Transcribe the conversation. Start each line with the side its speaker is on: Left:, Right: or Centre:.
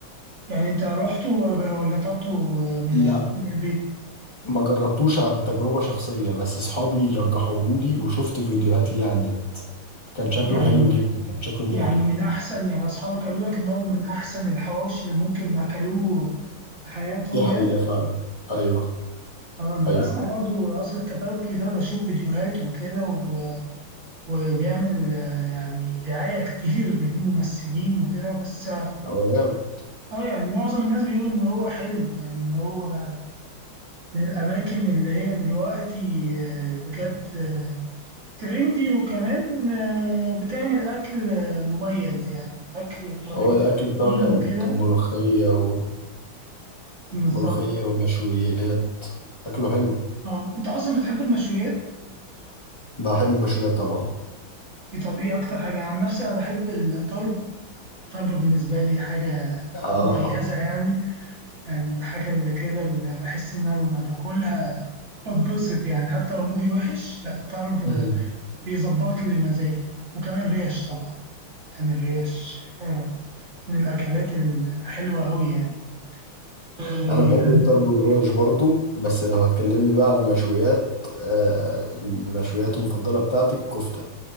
Right: يعني انت رحت ولا طلبته من
Left: لا
Right: من البيت
Left: ما جربتوش عن تجربه شخصيه بس اصحابي رجحوهولي وشفت فيديوهات ليه على النت كان شكله
Right: يعني
Left: حلو جدا كان شكله مغري
Right: يعني من أحسن يعني أصحابك قالوا لك إن هو من أحسن الحواوشي اللي ممكن أكلوه في حياتهم
Left: دي حقيقه
Right: يعني
Left: فعلا ايوه
Right: اه أنا
Left: ايوه
Right: بسمع برضو قصر الكبابجي ده بشوف فيديوهات وكده و... وبيعمل آه، يعني دعاية كتير وبيجيب ممثلين وكده بس اه
Left: هو جامد
Right: آه، يعني معظم الناس بيقولوا إن هو حلو يعني إن هو من الأماكن اللي هي دلوقتي آه، بجد آه، ترندي وكمان آه، بتعمل أكل آه، مميز يعني أكل وطريقة
Left: هو الاكل
Right: التقديم
Left: بتاعه جامد
Right: وكده
Left: ملوخيه و...
Right: بالظبط
Left: ملوخية ومشويات أكله حلو
Right: اه انت اصلا بتحب المشويات
Left: بحب المشويات طبعا
Right: إيه طب ايه اكتر حاجه عن نفسي انا بحب الطرب الطرب بالنسبه لي حاجه
Left: آه
Right: مميزه يعني يعني من الحاجه اللي كده اللي بحس ان انا لما باكلها بتبسط يعني حتى لو مودي وحش لا الطرب
Left: مم.
Right: بيظبط لي مزاجي وكمان الريش طبعا يعني الريش آه، من الاكلات الحلوه قوي يعني و-
Left: أنا بحب الطرب والريش برضو بس لو هتكلمني بقى عن المشويات آه المشويات المفضلة بتاعتي الكفتة